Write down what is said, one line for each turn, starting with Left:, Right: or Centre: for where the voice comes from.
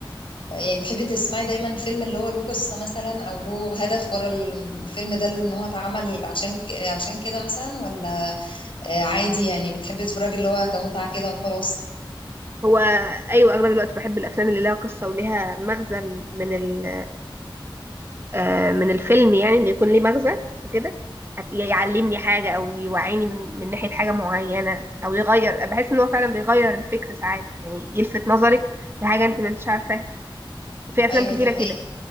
Left: يعني بتحبي تسمعي دايما الفيلم اللي هو له قصة مثلا او له هدف ورا الفيلم ده ان هو اتعمل عشان ك- عشان كده مثلا ولا آه، عادي يعني بتحبي تتفرجي اللي هو كمتعة كده وخلاص
Right: هو ايوه اغلب الوقت بحب الافلام اللي لها قصه وليها مغزى من ال- آه، من الفيلم يعني انه يكون ليه مغزى وكده هت- يعلمني حاجه او يوعيني من من ناحيه حاجه معينه او يغير بحس ان هو فعلا بيغير الفكر ساعات يعني يلفت نظرك لحاجه انت ما انتش عارفاها وفي افلام
Left: ايوه
Right: كتيره
Left: دي حقيقة
Right: كده